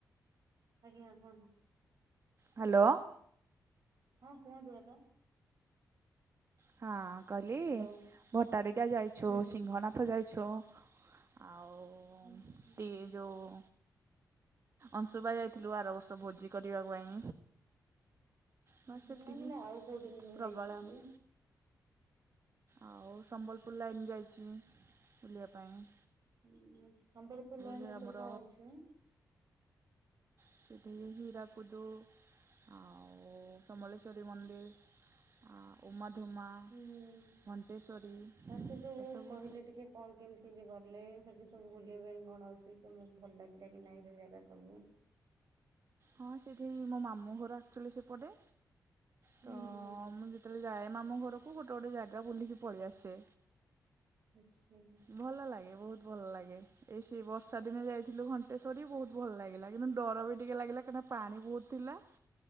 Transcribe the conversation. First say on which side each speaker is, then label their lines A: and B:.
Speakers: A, on the right; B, on the right.
A: ଆଜ୍ଞା କୁହନ୍ତୁ?
B: ହ୍ୟାଲୋ।
A: ହଁ କୁହନ୍ତୁ ହେଲୋ?
B: ହଁ କହିଲି
A: ହ୍ୟାଲୋ।
B: ଭଟାରିକା ଯାଇଛୁ
A: ହୁଁ ହୁଁ
B: ସିଂହନା ଥ ଯାଇଛୁ ଆଉ
A: ହୁଁ ହୁଁ ହୁଁ।
B: ଟି ଯୋଉ ଅଂଶୁପା ଯାଇଥିଲୁ ଆର ବର୍ଷ ଭୋଜି କରିବା ପାଇଁ। ବାସ୍
A: ନା
B: ଏତିକି
A: ମାନେ ଆଉ କୋଉଠିକି ସବୁ
B: ପ୍ରବଳ
A: ଯାଇଛନ୍ତି?
B: ଆମେ ଆଉ ସମ୍ବଲପୁର ଲାଇନ୍ ଯାଇଚି ବୁଲିବା ପାଇଁ।
A: ହୁଁ ସମ୍ବଲପୁର ଲାଇନ୍
B: ସେ
A: ଏ
B: ଆମର
A: ସବୁ କଣ ଅଛି।
B: ସେଠି ହୀରାକୁଦୁ ଆଉ ସମଲେଶ୍ୱରୀ
A: ହୁଁ।
B: ମନ୍ଦିର୍। ଆଉ ଉମାଧୁମା
A: ହୁଁ।
B: ଘଣ୍ଟେଶ୍ୱରୀ
A: ଆଉ ସେ ସବୁ
B: ଏସବୁ
A: କହିଲେ ଟିକେ କଣ କେମିତିଏ ଗଲେ ସେଠି ସବୁ ବୁଲିବା ପାଇଁ କଣ ଅଛି କଣ ଭଲ ଲାଗିଲା କି ନାଇଁ ସେ ଜାଗା ସ ତ ମୁଁ
B: ହଁ ସେଇଠି ମୋ ମାମୁଁ ଘର ଆକଚ୍ୟୁଲି ସେପଟେ।
A: ହୁଁ
B: ତ
A: ହୁଁ ହୁଁ।
B: ମୁଁ ଯେତେବେଳେ ଯାଏ ମାମୁ ଘରକୁ ଗୋଟେ ଗୋଟେ ଜାଗା ବୁଲିକି ପଳେଇ ଆସେ।
A: ଆଚ୍ଛା।
B: ଭଲ ଲାଗେ ବୋହୁତ ଭଲ ଲାଗେ। ଏଇ ସେଇ ବର୍ଷା ଦିନେ ଯାଇଥିଲୁ ଘଣ୍ଟେଶ୍ୱରୀ ବୋହୁ ଭଲ ଲାଗିଲା କିନ୍ତୁ ଡର ବି ଟିକେ ଲାଗିଲା। ହେଟି ପାଣି ବୋହୁତ ଥିଲା